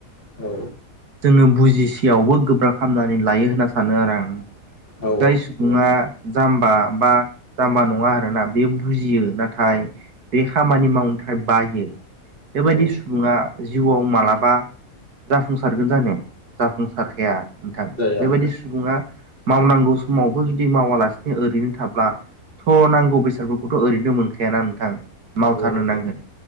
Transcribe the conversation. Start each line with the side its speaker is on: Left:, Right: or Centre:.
Left: औ।
Right: जोंनो बुजिसेयावबो गोब्राब खामनानै लायो होनना सानो आरो आं
Left: औ
Right: जाय सुबुङा जाम्बा बा जाम्बा नङा आरोना बे बुजियो नाथाय। बे खामानि मावनो थाखाय बायो। बेबायदि
Left: औ
Right: सुबुङा जिउआव मालाबा जाफुंसार सारगोन जानो जाफुंसारखाया नोंथां
Left: जाया
Right: बेबायदि। सुबुङा मावनांगौ समावबो जुदि मावालासिनो ओरैनो थाब्ला। थ' नांगौ बेसादफोरखौथ' ओरैनो मोनखायाना नोंथां मावथारनो
Left: नंगौ नंगौ
Right: नांगोन।